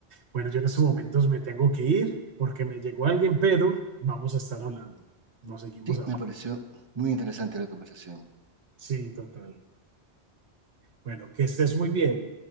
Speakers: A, on the right (about 75°); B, on the right (about 25°).
A: Bueno, yo en estos momentos me tengo que ir porque me llegó alguien, pero vamos a estar hablando. Nos seguimos
B: Sí,
A: hablando.
B: me pareció muy interesante la conversación.
A: Sí, total. Bueno, que estés muy bien.